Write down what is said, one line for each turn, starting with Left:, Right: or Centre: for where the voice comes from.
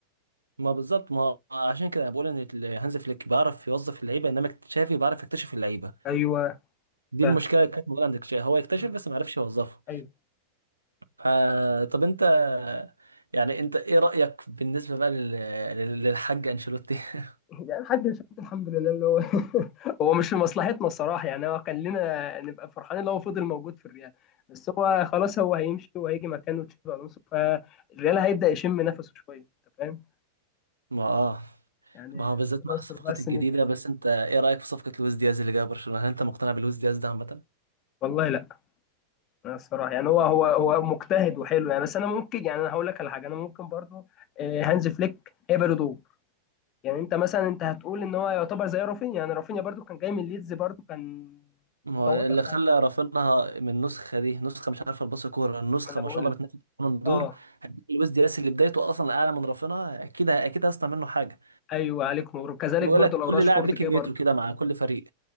Right: ما بالظبط ما هو عشان كده أنا بقول ان ال- هانز فليك بيعرف يوظف اللعيبه انما تشافي بيعرف يكتشف اللعيبه
Left: ايوه
Right: دي
Left: فعلا
Right: المشكله اللي كانت موجوده عند تشافي هو يكتشف
Left: مم.
Right: بس ما عرفش يوظفه
Left: ايوه
Right: ف طب انت يعني انت ايه رايك بالنسبه بقى لل- لل- للحاج انشيلوتي <laughs>
Left: يعني الحاج الفلوس الحمد لله اللي هو <laughs> هو مش في مصلحتنا الصراحه يعني هو كان لنا نبقى فرحانين لو هو فضل موجود في الريال بس هو خلاص هو هيمشي وهيجي مكانه تشافي الونسو فالريال هيبدا يشم نفسه شويه انت فاهم
Right: ما اه
Left: يعني
Right: ما هو
Left: ربنا
Right: بالذات مع
Left: يستر
Right: الصفقات
Left: بقى السنه
Right: الجديده
Left: الجايه
Right: بس انت ايه رايك في صفقه لويس دياز اللي جاي برشلونه هل انت مقتنع بلويس دياز ده عامه
Left: والله لا أنا الصراحه يعني هو هو هو مجتهد وحلو يعني بس انا ممكن يعني انا هقول لك على حاجه انا ممكن برضو آه، هانز فليك هيبقى له دور يعني انت مثلا انت هتقول ان هو يعتبر زي رافينيا يعني رافينيا برضو كان جاي من ليدز برضو كان
Right: ما
Left: متواضع
Right: هو اللي خلى
Left: خالص
Right: رافينها من النسخه دي نسخه مش عارفه الباص كوره النسخه
Left: ما انا بقول
Right: ما شاء الله
Left: لك
Right: بتنافس بالون دور
Left: اه
Right: هديك لويس دياس اللي بدايته اصلا اعلى من رافينها اكيد اكيد هيصنع منه حاجه
Left: ايوه عليك نور كذلك
Right: بقول
Left: برضو
Right: لك
Left: لو
Right: كل
Left: راشفورد
Right: لاعب ليه كميته
Left: جه برضو
Right: كده مع كل فريق